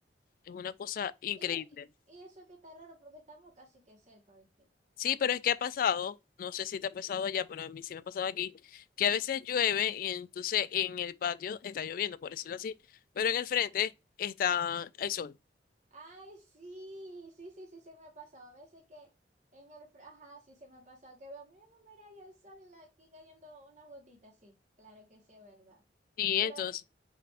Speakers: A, on the left; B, on the right.
A: Es una cosa increíble.
B: Y, y eso que está raro porque estamos casi que cerca, ¿viste?
A: Sí, pero es que ha pasado, no sé si te ha pasado allá, pero a mí sí me ha pasado aquí, que a veces llueve y entonces en el patio está lloviendo, por decirlo así, pero en el frente está el sol.
B: Ay, sí, sí, sí, sí, se me ha pasado. A veces que en el, fr- ajá, sí, se me ha pasado que veo, mira, mira, ahí el sol y la- aquí cayendo unas gotitas, sí, claro que sí, es verdad.
A: Sí,
B: Pero
A: entonces,
B: eh,